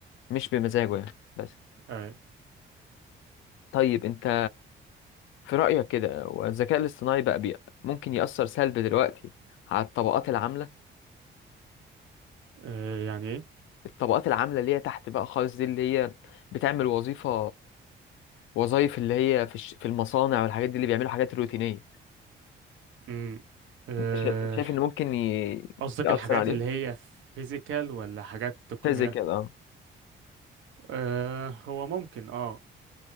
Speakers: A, on the left (about 80°); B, on the right (about 80°).
A: مش بمزاجه يعني بس
B: اي
A: طيب انت في رأيك كده والذكاء الاصطناعي بقى بي... ممكن يأثر سلبي دلوقتي على الطبقات العامله
B: آه يعني ايه
A: الطبقات العاملة اللي هي تحت بقى خالص دي اللي هي بتعمل وظيفة وظائف اللي هي في الش- في المصانع والحاجات دي اللي بيعملوا حاجات روتينية
B: امم آه،
A: انت شايف انت شايف ان ممكن ي...
B: قصدك
A: يأثر
B: الحاجات
A: عليهم
B: اللي هي فيزيكال ولا حاجات تقنية
A: شايف زي كده اه
B: آه هو ممكن اه